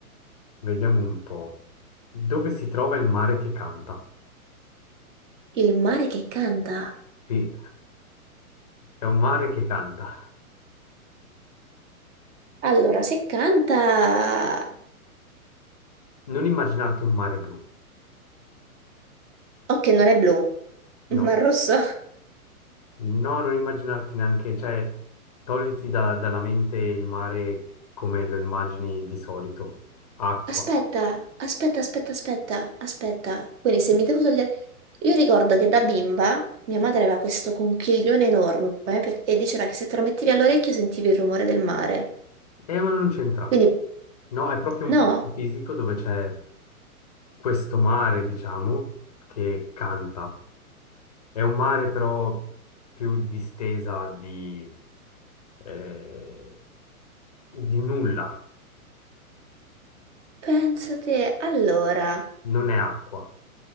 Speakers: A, on the left; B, on the right.
A: vediamo un po'. Dove si trova il mare che canta?
B: Il mare che canta.
A: Sì, È un mare che canta.
B: Allora, se canta...
A: Non immaginarti un mare blu.
B: Ok, non è blu, <laughs>
A: No,
B: ma rosso.
A: no, non immaginarti neanche, cioè, togliti da- dalla mente il mare come lo immagini di solito. Acqua.
B: Aspetta, aspetta, aspetta, aspetta, aspetta. Quindi se mi devo togliere... Io ricordo che da bimba mia madre aveva questo conchiglione enorme eh, perché diceva che se te lo mettevi all'orecchio sentivi il rumore del mare.
A: Eh, ma non c'entra.
B: Quindi,
A: No, è proprio un
B: no,
A: posto fisico dove c'è questo mare, diciamo, che canta. È un mare però più distesa di, eh, di nulla.
B: pensa te. Allora...
A: Non è acqua.